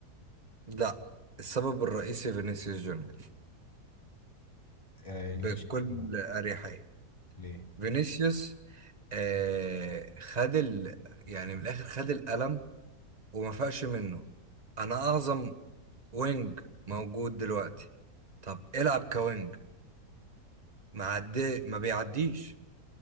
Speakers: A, on the right; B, on the left.
A: لا السبب الرئيسي فينيسيوس جونيور
B: آه
A: بكل
B: ليه شايف كده
A: أريحية
B: ليه
A: فينيسيوس آه خد ال يعني من الآخر خد القلم وما فاقش منه أنا أعظم وينج موجود دلوقتي طب العب كوينج ما عدي ما بيعديش